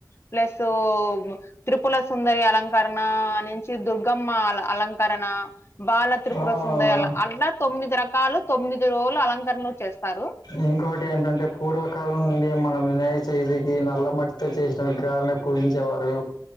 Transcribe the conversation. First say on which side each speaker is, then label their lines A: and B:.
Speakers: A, on the left; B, on the left.
A: ప్లసూ త్రిపుల సుందరి అలంకరణ నించి దుర్గమ్మా అల అలంకరణా బాల త్రిపుర
B: ఆ
A: సుందరి అల అట్లా తొమ్మిది రకాలు తొమ్మిది రోజులు అలంకరణలు చేస్తారు
B: ఇంకోటి ఏంటంటే పూర్వకాలం నుండి మనం వినాయ చేతికి నల్ల మట్టితో చేసిన విగ్రహాలని పూజించేవారూ